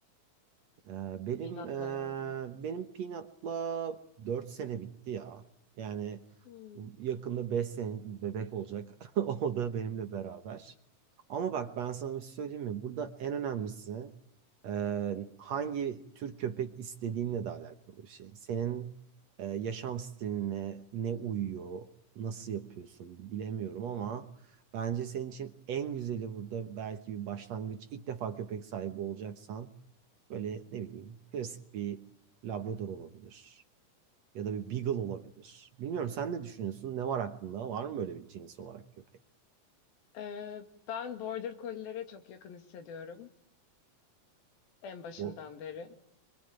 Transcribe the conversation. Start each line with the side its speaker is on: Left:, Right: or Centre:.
Right: Ee, benim
Left: Pinatla
Right: ee,
Left: yani.
Right: benim Peanut'la 4 sene bitti ya. Yani
Left: Hmm.
Right: yakında 5 senelik bir bebek olacak. <laughs> O da benimle beraber. Ama bak ben sana bir şey söyleyeyim mi? Burada en önemlisi ee, hangi tür köpek istediğinle de alakalı bir şey. Senin ee, yaşam stiline ne uyuyor, nasıl yapıyorsun bilemiyorum ama bence senin için en güzeli burada belki bir başlangıç. İlk defa köpek sahibi olacaksan Böyle ne bileyim klasik bir Labrador olabilir. Ya da bir Beagle olabilir. Bilmiyorum sen ne düşünüyorsun? Ne var aklında? Var mı böyle bir cins olarak köpek?
Left: Ee, ben Border Collie'lere çok yakın hissediyorum. En başından
Right: Bu
Left: beri.